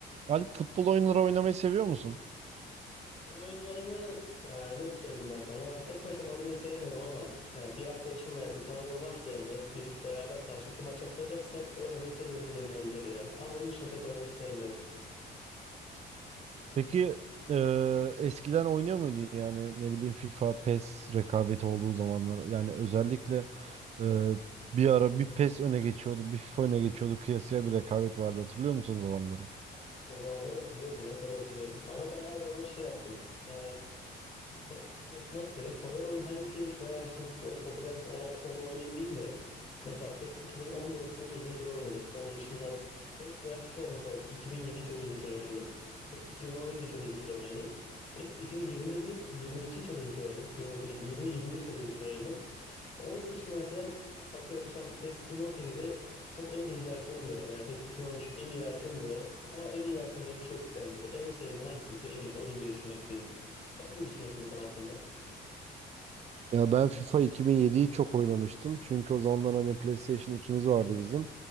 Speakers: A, on the right; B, on the left.
A: Alp futbol oyunları oynamayı seviyor musun?
B: Bu oyunlarını e, nasıl söyleyeyim ben sana? Tek başıma oynamayı sevmiyorum ama ya bir arkadaşım veya bir tanıdığım varsa yanında bir beraber karşılıklı maç yapacaksak oynamayı seviyorum denilebilir ya. Ama onun dışında pek oynamayı sevmiyorum.
A: Peki eee, eskiden oynuyor muydun yani ne bileyim FIFA, PES rekabeti olduğu zamanlar yani özellikle eee, bir ara bir PES öne geçiyordu bir FIFA öne geçiyordu kıyasıya bir rekabet vardı hatırlıyor musun o zamanları?
B: O zamanları hatırlıyorum ya tabii hatırlıyorum. Ama ben her zaman şey yaptım. E, Pa- Nasıl, nasıl söyleyeyim? Favori oyun hangisiymiş veya şu bu oyun popülermiş onu, onu oynayayım değil de mesela PES 2014 çok uzun süre oynadım. Onun dışında PES veya FIFA olması lazım. 2007'yi çok uzun süre oynadım. PES 2017'yi çok uzun süre oynadım. PES 2021, 22 çok uzun süre oynadım. 22 değil, 20, 21 çok uzun süre oynadım. Onun dışında mesela atıyorum şu an PES 2018'e çok en iyi versiyon diyorlar veya PES 2013 en iyi versiyon diyorlar. Ama en iyi versiyon diye bir şey yok bence. En sevdiğin hangisi ise en iyisi olur diye düşünmekteyim. Sen ne düşünüyorsun bu konu hakkında?
A: Ya ben FIFA 2007'yi çok oynamıştım. Çünkü o zamanlar hani PlayStation ikimiz vardı bizim.